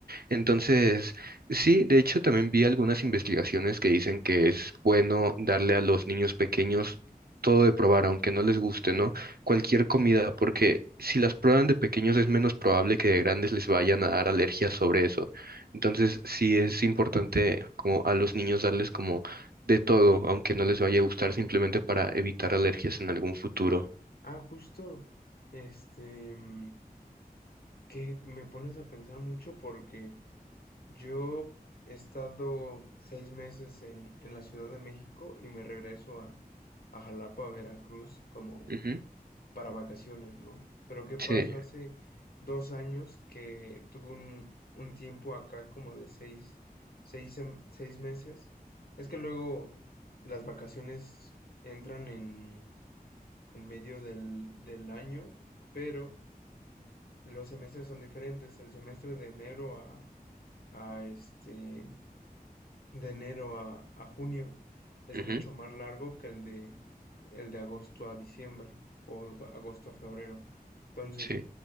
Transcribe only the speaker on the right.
Entonces, sí, de hecho también vi algunas investigaciones que dicen que es bueno darle a los niños pequeños todo de probar, aunque no les guste, ¿no? Cualquier comida,
porque si las prueban de pequeños es menos probable que de grandes les vayan a dar alergias sobre eso. Entonces, sí es importante como a los niños darles como de todo, aunque no les vaya a gustar, simplemente para evitar alergias en algún futuro.
Ujú,
Sí,
ujú,
sí,